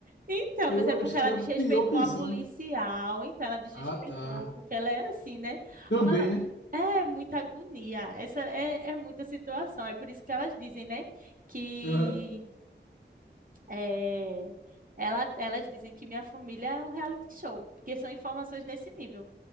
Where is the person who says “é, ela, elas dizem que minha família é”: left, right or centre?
Right